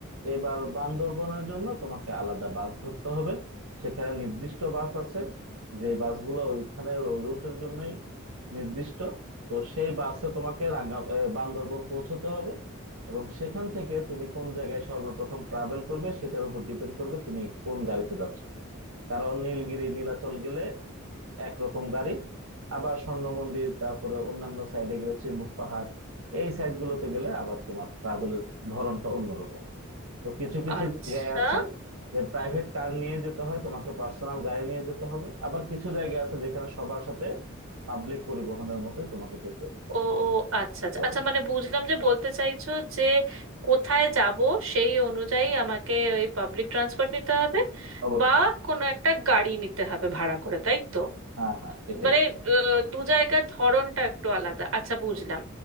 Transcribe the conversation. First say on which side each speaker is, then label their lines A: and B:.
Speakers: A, on the right; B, on the right.
A: এবার বান্দরবনের জন্য তোমাকে আলাদা বাস ধরতে হবে সেখানে নির্দিষ্ট বাস আছে যে বাসগুলো ওইখানে ওই রুটের জন্যই নির্দিষ্ট তো সেই বাসে তোমাকে রাঙ্গা এ, বান্দরবন পৌঁছতে হবে এবং সেখান থেকে তুমি কোন জায়গায় সর্বপ্রথম ট্রাভেল করবে সেটার উপর ডিপেন্ড করবে তুমি কোন গাড়িতে যাচ্ছ কারণ নীলগিরি নীলাচল গেলে একরকম গাড়ি আবার স্বর্ণ মন্দির তারপরে অন্যান্য সাইডে গেলে চিম্বুক পাহাড় এই সাইড গুলোতে গেলে আবার তোমার ট্রাভেলের ধরনটা অন্যরকম তো কিছু কিছু
B: আচ্ছা
A: জায়গায় আছে যে প্রাইভেট কার নিয়ে যেতে হয় তোমাকে পার্সোনাল গাড়ি নিয়ে যেতে হবে আবার কিছু জায়গা আছে যেখানে সবার সাথে পাবলিক পরিবহনের মতো তোমাকে যেতে
B: ও আচ্ছা
A: যেতে
B: আচ্ছা
A: হবে
B: আচ্ছা মানে বুঝলাম যে বলতে চাইছো যে কোথায় যাব সেই অনুযায়ী আমাকে ওই পাবলিক ট্রান্সপোর্ট নিতে হবে
A: অবশ্যই
B: বা কোনো একটা গাড়ি নিতে হবে ভাড়া করে তাই তো
A: হ্যাঁ হ্যাঁ এটাই
B: মানে আহ, দু জায়গার ধরনটা একটু আলাদা আচ্ছা বুঝলাম